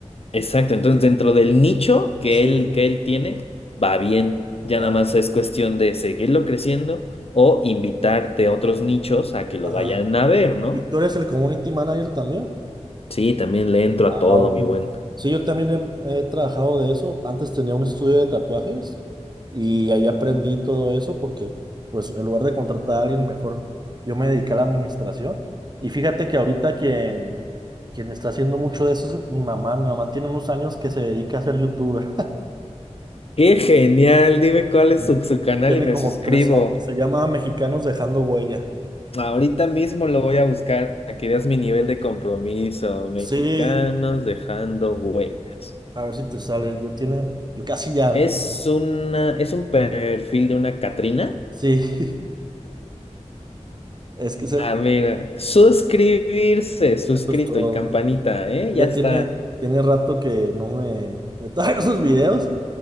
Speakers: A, on the left; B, on the right.
A: Exacto,
B: Y-
A: entonces
B: y-
A: dentro del nicho que
B: Sí.
A: él, que él tiene, va bien, ya
B: Ah,
A: nada más es cuestión de seguirlo creciendo o invitarte a otros nichos a que lo
B: ajá.
A: vayan a ver, ¿no?
B: ¿Y tú eres el community manager también?
A: Sí, también le entro
B: Ah,
A: a todo,
B: órale.
A: mi buen.
B: Sí, yo también he, he trabajado de eso. Antes tenía un estudio de tatuajes y ahí aprendí todo eso porque, pues, en lugar de contratar a alguien mejor, yo me dediqué a la administración. Y fíjate que ahorita quien, quien está haciendo mucho de eso es mi mamá. Mi mamá tiene unos años que se dedica a ser youtuber.
A: Qué genial, dime cuál es
B: Eh,
A: su, su canal
B: Tiene
A: y me
B: como
A: suscribo.
B: tres años. Se llama Mexicanos Dejando Huella.
A: Ahorita mismo lo voy a buscar para que veas mi nivel de compromiso. Mexicanos
B: Sí,
A: dejando huellas.
B: a ver si te sale. Yo tiene, yo casi ya.
A: Es una, es un perfil de una Catrina.
B: Sí, <laughs> es que se
A: Ah,
B: el,
A: mira, suscribirse, suscrito
B: eso es todo.
A: y campanita, ¿eh?
B: Ya
A: Ya está.
B: tiene, tiene rato que no me, me traigo sus <laughs> videos,